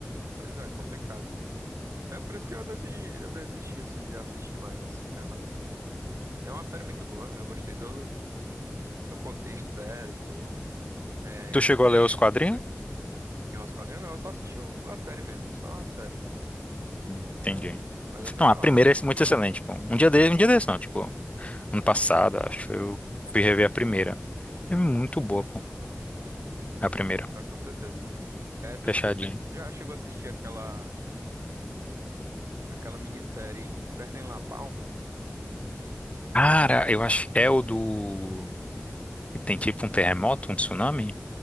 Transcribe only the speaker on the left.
Tu chegou
a
ler os quadrinhos?
Entendi.
Não,
a
primeira é muito excelente, pô. Um dia desse, um dia desse não, tipo. ano passado, acho. que Eu fui rever a primeira. É muito boa, pô. A primeira.
Fechadinha.
Cara, eu acho. É o do. que Tem tipo um terremoto, um tsunami?